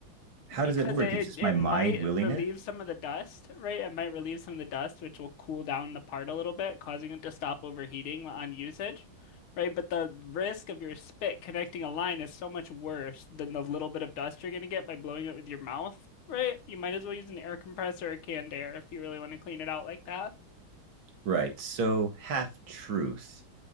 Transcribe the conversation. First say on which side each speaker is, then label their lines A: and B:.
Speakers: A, on the right; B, on the left.
A: How
B: because
A: does it work?
B: it
A: It's just
B: it
A: my mind
B: might
A: willing
B: relieve
A: it.
B: some of the dust, right? It might relieve some of the dust, which will cool down the part a little bit, causing it to stop overheating on usage, right? But the risk of your spit connecting a line is so much worse than the little bit of dust you're gonna get by blowing it with your mouth, right? You might as well use an air compressor or canned air if you really want to clean it out like that.
A: Right. So half truth.